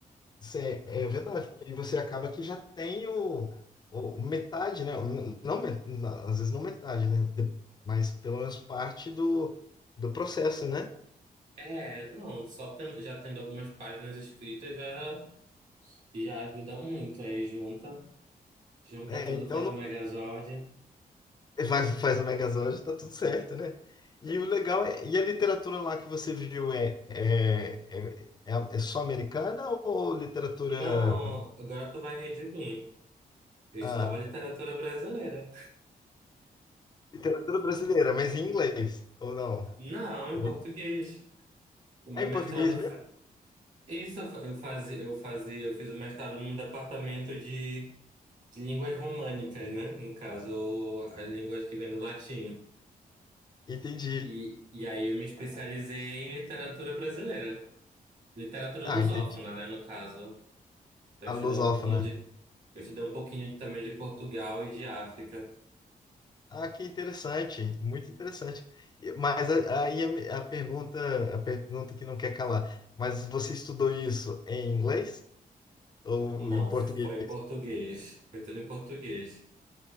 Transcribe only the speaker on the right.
É, não, só ten- já tendo algumas páginas escritas já, já ajuda muito. Aí junta, junta
tudo,
faz
o Megazord.
Não, agora tu vai rir de mim. Eu
estudava literatura brasileira.
Não, em
português. O meu
mestrado.
fa- Isso eu fa- eu fazia, eu fazia, eu fiz o mestrado num departamento de, de línguas românicas, né? No caso, as línguas que vêm do latim.
E, e aí eu me especializei em literatura brasileira. Literatura
lusófona,
né, no caso. Eu
estudei
um pouquinho de, eu estudei um pouquinho de- também de Portugal e de África.
Não,
foi em português. Foi tudo em português.